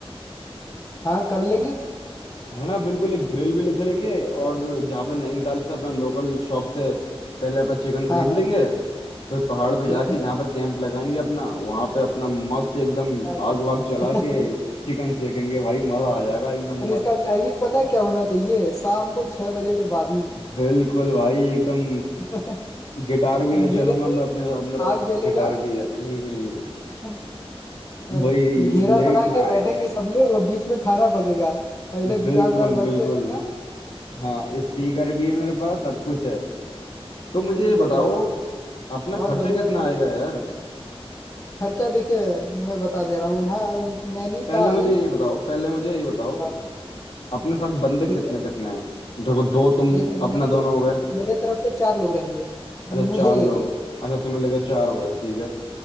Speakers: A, on the left; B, on the left.
A: हाँ कर लेंगे
B: है ना बिल्कुल एक ग्रिल भी ले चलेंगे और जहाँ पे नैनीताल से अपना लोकल शॉप से पहले अपना चिकन खरीद
A: हाँ हाँ
B: लेंगे फिर पहाड़ पे
A: ठीक
B: जाके
A: है
B: जहाँ पे कैंप लगाएंगे अपना वहाँ पे अपना मस्त एकदम
A: अरे
B: आग वाग जला
A: <laughs>
B: के चिकन सेकेंगे भाई मजा आ जाएगा एकदम
A: और इसका
B: मर
A: टाइमिंग पता है क्या होना चाहिए शाम को छह बजे के बाद ही
B: बिल्कुल भाई एकदम
A: <laughs>
B: गिटार भी
A: अंधेरे
B: ले चलूंगा
A: में
B: मैं अपने साथ मेरे पास
A: आग जलेगा
B: गिटार भी है हम्म हम्म।
A: <laughs> और
B: वही
A: घेरा
B: Late
A: बना के
B: night
A: बैठेंगे सब लोग और बीच में खाना पकेगा और इधर गिटार
B: बिल्कुल
A: उटार बजते
B: बिल्कुल
A: रहेगा
B: हाँ स्पीकर भी है मेरे पास सब कुछ है तो
A: <laughs>
B: मुझे
A: अरे
B: ये
A: गजब
B: बताओ
A: है
B: अपना
A: हॉल
B: खर्चा
A: बन
B: कितना
A: जाएगा
B: आएगा यार
A: खर्चा देखिए मैं बता दे रहा हूँ यहाँ नैनीताल
B: पहले मुझे ये बताओ पहले मुझे ये बताओ
A: हाँ
B: अपने साथ बंदे
A: ठीक
B: कितने
A: है
B: कितने हैं देखो दो तुम
A: देखिए मेरे
B: अपना दोनों हो गए
A: मेरे तरफ से चार लोग रहेंगे
B: अच्छा
A: मुझे
B: चार
A: लेके
B: लोग अच्छा तुम्हें लगे चार हो गए ठीक है